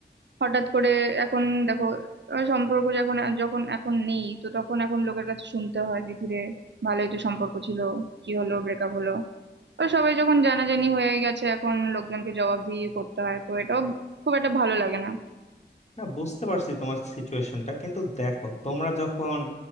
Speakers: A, on the right; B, on the left.
A: হঠাৎ করে এখন দেখো আহ, সম্পর্ক যখন যখন এখন নেই তো তখন এখন লোকের কাছে শুনতে হয় যে কি রে ভালোই তো সম্পর্ক ছিল কি হলো ব্রেকআপ হলো ওই সবাই যখন জানাজানি হয়ে গেছে এখন লোকজনকে জবাবদিহি করতে হয় তো এটাও খুব একটা ভালো লাগে না
B: না বুঝতে পারছি তোমার সিচুয়েশনটা কিন্তু দেখো তোমরা যখন